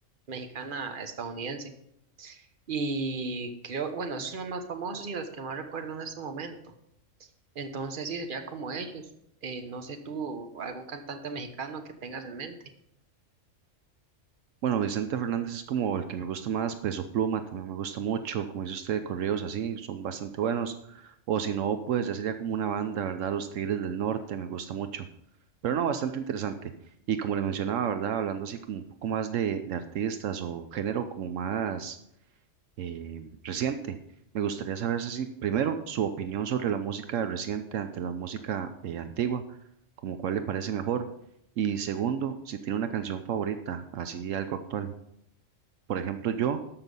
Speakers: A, on the right; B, on the right.
A: mexicana estadounidense, y creo, bueno, esos son los más famosos y los que más recuerdo en este momento. Entonces sí, sería como ellos. Eh, no sé tú, algún cantante mexicano que tengas en mente.
B: Bueno, Vicente Fernández es como el que me gusta más, Peso Pluma también me gusta mucho, como dice usted, corridos así, son bastante buenos, o si no, pues ya sería como una banda, ¿verdad? Los Tigres del Norte me gusta mucho, pero no, bastante interesante. Y como le mencionaba, ¿verdad? Hablando así como un poco más de, de artistas o género como más eh, reciente, me gustaría saber si primero su opinión sobre la música reciente ante la música eh, antigua, como cuál le parece mejor, y segundo, si tiene una canción favorita, así algo actual. Por ejemplo, yo